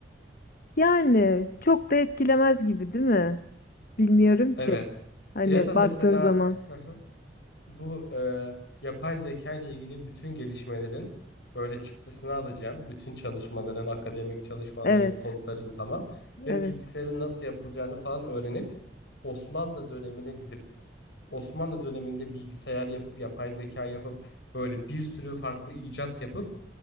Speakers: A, on the left; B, on the left.
A: Yani çok da etkilemez gibi değil mi? Bilmiyorum
B: Evet.
A: ki. Hani
B: Ya da mesela
A: baktığın zaman.
B: <laughs> Bu e, yapay zeka ile ilgili bütün gelişmelerin böyle çıktısını alacağım. Bütün çalışmaların, akademik çalışmaların,
A: Evet.
B: kodların tamam ve
A: Evet.
B: bilgisayarın nasıl yapılacağını falan öğrenip Osmanlı dönemine gidip Osmanlı döneminde bilgisayar yapıp yapay zeka yapıp böyle bir sürü farklı icat yapıp